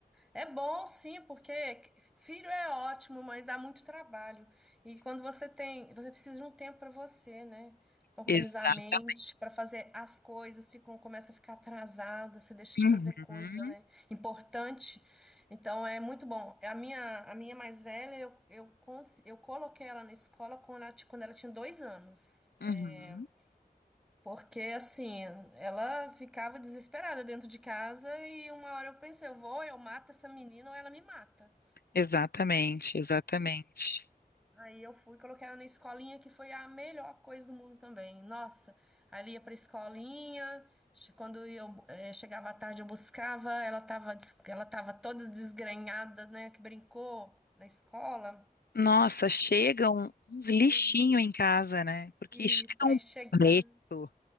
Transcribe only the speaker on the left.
exatamente.
Uhum,
uhum.
Exatamente, exatamente.
Nossa, chegam uns lixinhos
em casa, né? Porque
chega um
preto.